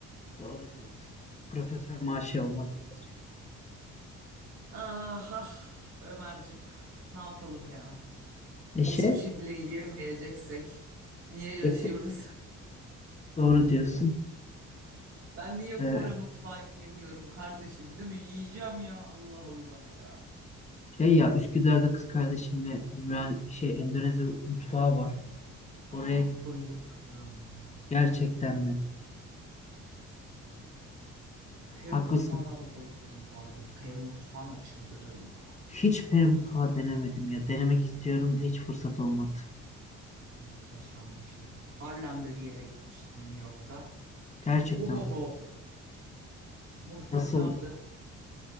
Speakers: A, on the left; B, on the right.
A: doğru diyorsun. Profesör maaşı almak lazım.
B: Ah ah Ömerciğim ne yapalım ya?
A: E şey
B: Bir sushi bile yiyemeyeceksek niye yaşıyoruz?
A: yak-
B: <laughs>
A: doğru diyorsun.
B: Ben niye
A: E,
B: Kore mutfağı yiyemiyorum kardeşim değil mi? Yiyeceğim ya Allah Allah ya. <gasps>
A: şey ya Üsküdar'da kız kardeşimle Ümran şey Endonezya mutfağı var.
B: Ah,
A: Oraya gittik.
B: bayılırım. Ah,
A: Gerçekten mi?
B: Çok severim. Peru
A: Haklısın.
B: mutfağına da bayılırım bu arada. Peru mutfağına çıldırırım be.
A: Hiç peri mutfağı denemedim ya. Denemek istiyorum da hiç fırsat olmadı.
B: Muhteşem bir şey. Harlem'de bir yere gitmiştim New York'ta.
A: Gerçekten
B: Ohoho
A: mi?
B: muhteşemdi.
A: Nasıl